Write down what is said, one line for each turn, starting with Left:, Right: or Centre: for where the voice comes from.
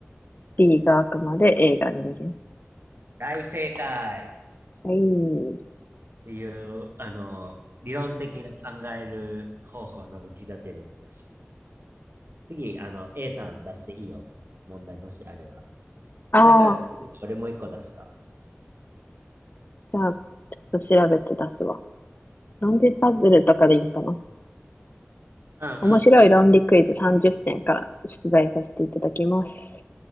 Left: B が悪魔で、A が人間。
Right: 大正解っ
Left: はい。
Right: ていう、あの、理論的な考える方法の道立てです。次、あの、A さん出していいよ。問題もしあれば。
Left: ああー、
Right: それから次、俺もう一個出すか。
Left: じゃあ、ちょっと調べて出すわ。何時パズルとかでいいんかな。
Right: うんうん。
Left: 面白い論理クイズ30選から出題させていただきます。